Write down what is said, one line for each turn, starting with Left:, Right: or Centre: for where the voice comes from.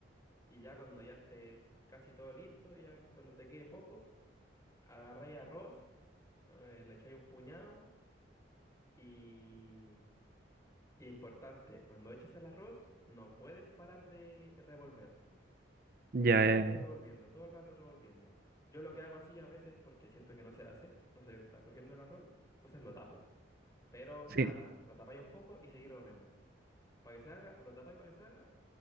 Left: y ya cuando ya esté casi todo listo, ya cuando te quede poco, agarráis arroz, eh, le echáis un puñado Y importante, cuando eches el arroz, no puedes parar de revolver.
Right: Ya,
Left: Todo el rato
Right: eh,
Left: revolviendo, todo el rato revolviendo. Yo lo que hago así a veces porque siento que no se hace, no se está cociendo el arroz, entonces lo tapo. Pero nada,
Right: sí.
Left: lo tapáis un poco y seguís revolviendo. Para que se haga, lo tapáis para que se haga